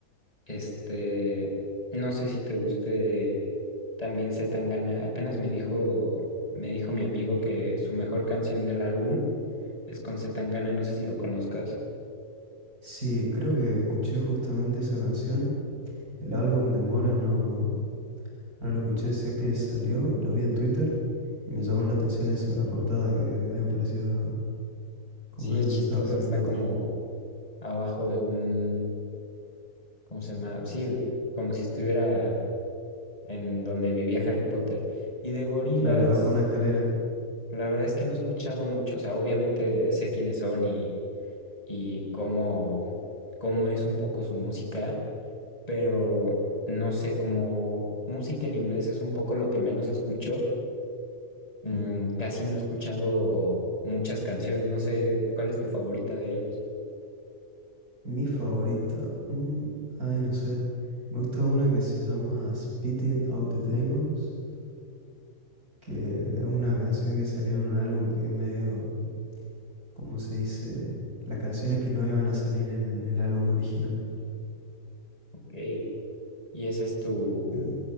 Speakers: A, on the left; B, on the right.
A: Este, no sé si te guste también Zetangana. Apenas me dijo, me dijo mi amigo que su mejor canción del álbum es con Zetangana. No sé si lo conozcas.
B: Sí, creo que escuché justamente esa canción. El álbum de Mora no, no lo escuché, sé que salió, lo vi en Twitter y me llamó la atención eso, la portada que es medio parecida a como
A: Sí,
B: es
A: es
B: donde
A: chistoso.
B: estaba Harry
A: Está
B: Potter.
A: como abajo de un, ¿cómo se llama? Sí, de- como si estuviera en donde vivía Harry Potter. Y de gorilas.
B: Claro, debajo de una escalera.
A: La verdad es que no he escuchado mucho, o sea, obviamente sé quiénes son y, y cómo, cómo es un poco su música, pero no sé, como música en inglés es un poco lo que menos escucho, mm, casi no he escuchado muchas canciones, no sé cuál es tu favorita de ellos.
B: Mi favorita. mm, ay, no sé. Me gusta una que se llama Spitting Out the Demons, que es una canción que salió en un álbum que es medio, ¿cómo se dice? Las canciones que no iban a salir en el álbum original.
A: Ok. Y esa es tu,
B: Y